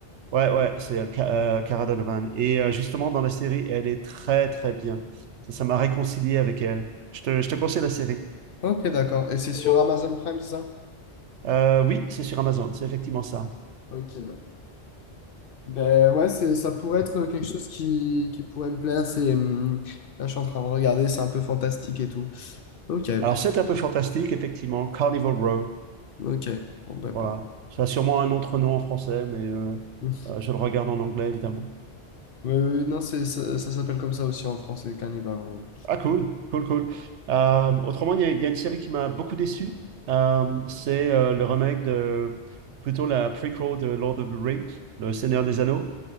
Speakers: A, on the right (about 80°); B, on the left (about 60°).
A: ouais, ouais, c'est elle, Ca- euh, Cara Delevingne. Et euh, justement, dans la série, elle est très, très bien. Ça, ça m'a réconcilié avec elle. Je te, je te conseille la série.
B: Ok, d'accord. Et c'est sur Amazon Prime, c'est ça?
A: Euh, oui, c'est sur Amazon, c'est effectivement ça.
B: Ok, d'accord. Ben ouais, c'est, ça pourrait être quelque chose qui, qui pourrait me plaire. C'est, hum, là, je suis en train de regarder, c'est un peu fantastique et tout. Ok,
A: Alors, c'est un peu fantastique, effectivement. Carnival Row.
B: ok. Bon, ben
A: Voilà.
B: pourquoi?
A: Ça a sûrement un autre nom en français, mais euh,
B: Oui,
A: euh, je le regarde en anglais, évidemment.
B: oui, <laughs> non, c'est, ça, ça s'appelle comme ça aussi en français, Carnival Row.
A: Ah, cool, cool, cool. Euh, autrement, il y, a il y a une série qui m'a beaucoup déçu. Euh, c'est euh, le remake de, plutôt la prequel de Lord of the Rings, Le Seigneur des Anneaux,